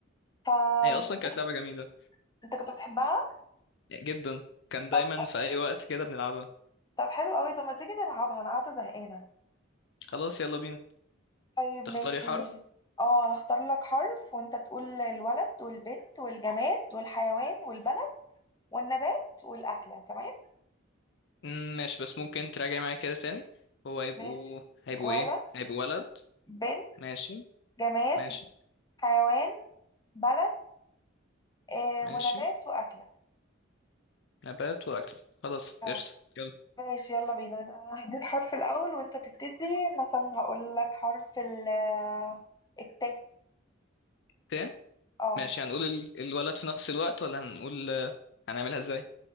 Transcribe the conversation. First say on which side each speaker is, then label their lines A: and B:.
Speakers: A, on the left; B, on the left.
A: فانت
B: هي أصلا كانت
A: كنت
B: لعبة جميلة
A: انت كنت بتحبها
B: جدا كان دايما
A: طب
B: في أي وقت كده بنلعبها
A: طب حلو قوي طب ما تيجي نلعبها انا قاعدة زهقانة
B: خلاص يلا بينا
A: طيب
B: تختاري
A: ماشي
B: حرف
A: اه انا اختار لك حرف وانت تقول الولد والبنت والجماد والحيوان والبلد والنبات والأكلة تمام
B: مم، ماشي بس ممكن تراجعي معايا كده تاني هو هيبقوا
A: ماشي
B: هيبقوا
A: ولد
B: إيه هيبقوا ولد
A: بنت
B: ماشي
A: جماد
B: ماشي
A: حيوان بلد آه
B: ماشي
A: ونبات وأكلة
B: نبات وأكل خلاص
A: اه
B: قشطة يلا
A: ماشي يلا بينا ده أنا هديك حرف الأول وأنت تبتدي مثلا هقول لك حرف ال آه، التاء
B: ت
A: اه
B: ماشي هنقول ال- الولد في نفس الوقت ولا هنقول آه، هنعملها إزاي